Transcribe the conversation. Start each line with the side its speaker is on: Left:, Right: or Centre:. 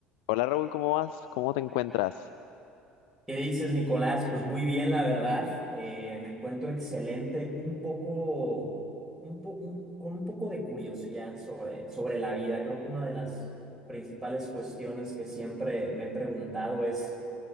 Left: Hola Raúl, ¿cómo vas? ¿Cómo te encuentras?
Centre: ¿Qué dices, Nicolás? Pues muy bien, la verdad. Eh, me encuentro excelente, un poco, un po- un- con un poco de curiosidad sobre, sobre la vida. Creo que una de las principales cuestiones que siempre me he preguntado es